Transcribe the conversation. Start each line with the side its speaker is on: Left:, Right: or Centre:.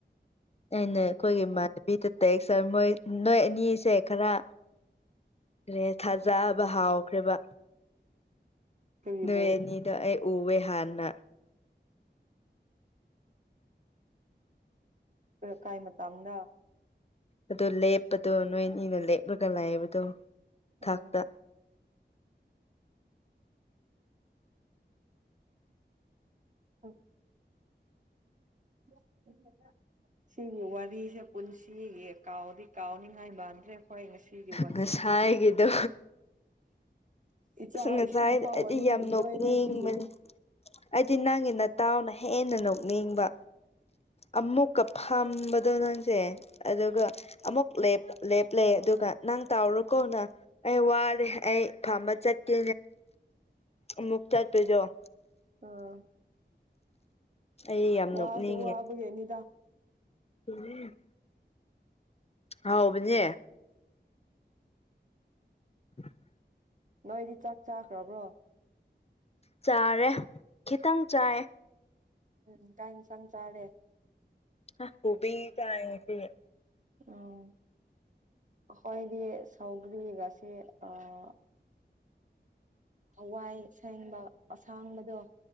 Left: ꯑꯩꯅ ꯑꯩꯈꯣꯏꯒꯤ ꯏꯃꯥꯟꯅꯕꯤꯗ ꯇꯦꯛꯁ ꯃꯣꯏ ꯅꯣꯏ ꯑꯅꯤꯁꯦ ꯈꯔ ꯔꯦ ꯊꯥꯖꯕ ꯍꯥꯎꯈ꯭ꯔꯦꯕ <unintelligible>
Right: ꯀꯔꯤꯕꯨ
Left: ꯅꯣꯏ ꯑꯅꯤꯗꯣ ꯑꯩ ꯎꯋꯦ ꯍꯥꯟꯅ
Right: ꯀꯥꯏ ꯃꯇꯝꯗ <unintelligible>
Left: ꯑꯗꯨ ꯂꯦꯞꯄꯗꯣ ꯅꯣꯏꯅꯤꯅ ꯂꯦꯞꯂꯒ ꯂꯩꯕꯗꯣ
Right: ꯎꯝ
Left: ꯊꯛꯇ
Right: ꯍ <inaudible> <inaudible> ꯁꯤꯒꯤ ꯋꯥꯔꯤꯁꯦ ꯄꯨꯟꯁꯤꯒꯤ ꯀꯥꯎꯗꯤ ꯀꯥꯎꯅꯤꯉꯥꯏ ꯃꯥꯟꯗ꯭ꯔꯦ ꯑꯩꯈꯣꯏ ꯉꯁꯤꯒꯤ ꯋꯥꯔꯤ
Left: ꯉꯁꯥꯏꯒꯤꯗꯣ
Right: ꯏꯆꯥ
Left: ꯑꯁ ꯉꯁꯥꯏ
Right: ꯏꯁꯨꯐꯥꯎ
Left: ꯑꯩꯗꯤ
Right: ꯋꯥꯔꯤ
Left: ꯌꯥꯝ
Right: ꯂꯤꯗꯣꯏꯅꯦ
Left: ꯅꯣꯛꯅꯤꯡꯕꯅꯦ
Right: ꯁꯤꯒꯤꯗꯤ
Left: ꯑꯩꯗꯤ ꯅꯪꯒꯤ ꯅꯇꯥꯎꯅ ꯍꯦꯟꯅ ꯅꯣꯛꯅꯤꯡꯕ ꯑꯃꯨꯛ ꯀꯐꯝꯕꯗꯣ ꯅꯪꯁꯦ ꯑꯗꯨꯒ ꯑꯃꯨꯛ <unintelligible> ꯂꯦꯞꯂꯦ ꯑꯗꯨꯒ ꯅꯪ ꯇꯥꯎꯔꯣꯀꯣꯅ ꯑꯩ ꯋꯥꯔꯦ ꯑꯩ ꯐꯝꯕ ꯆꯠꯀꯦ ꯑꯃꯨꯛ ꯆꯠꯄꯗꯣ <unintelligible>
Right: ꯑꯥ
Left: ꯑꯩ ꯌꯥꯝ
Right: ꯋꯥꯁꯨ
Left: ꯅꯣꯛꯅꯤꯡꯉꯦ
Right: ꯋꯥꯕꯒꯤꯅꯤꯗ
Left: <inaudible> ꯍꯥꯎꯕꯅꯦ <inaudible>
Right: ꯅꯣꯏꯗꯤ ꯆꯥꯛ ꯆꯥꯈ꯭ꯔꯕ꯭ꯔꯣ
Left: ꯆꯥꯔꯦ ꯈꯤꯇꯪ ꯆꯥꯏ
Right: ꯎꯝ ꯀꯩ ꯏꯟꯁꯥꯡ ꯆꯥꯔꯦ
Left: ꯑ ꯀꯣꯕꯤ ꯆꯥꯏ ꯉꯁꯤ <unintelligible>
Right: ꯑꯥ ꯈꯣꯏꯗꯤ ꯁꯧꯒ꯭ꯔꯤꯒ ꯁꯤ ꯑꯥ ꯍꯋꯥꯏ ꯁꯦꯡꯕ ꯑꯁꯥꯡꯕꯗꯣ